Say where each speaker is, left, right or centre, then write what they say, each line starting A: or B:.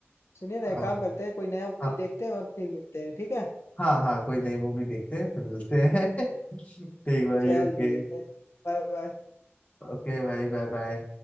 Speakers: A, on the left; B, on the left.
A: सुनिए ना
B: हाँ
A: एक काम करते हैं कोई नया मूवी
B: हाँ
A: देखते हैं और फिर मिलते हैं ठीक है
B: हाँ हाँ, कोई नई मूवी देखते हैं फिर मिलते हैं <laughs> ठीक भाई
A: चलिए
B: ओके
A: ठीक है बाय बाय
B: ओके भाई बाय बाय